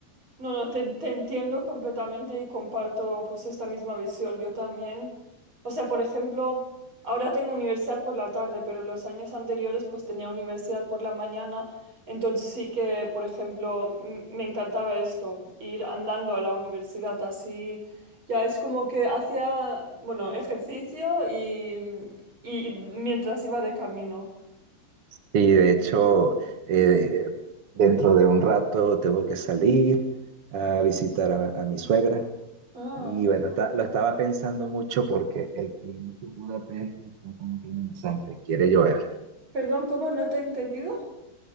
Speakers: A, on the right; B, on the right.
A: No, no, te, te entiendo completamente y comparto pues esta misma visión. Yo también, o sea, por ejemplo, ahora tengo universidad por la tarde, pero los años anteriores pues tenía universidad por la mañana, entonces sí que, por ejemplo, m- me encantaba esto, ir andando a la universidad así, ya es como que hacía, bueno, ejercicio y, y mientras iba de camino.
B: Y de hecho, eh, dentro de un rato tengo que salir a visitar a, a mi suegra.
A: Ah,
B: Y bueno, está- lo estaba pensando mucho porque el clima aquí en Budapest está como que amenazante, quiere llover.
A: Perdón, ¿cómo no te he entendido?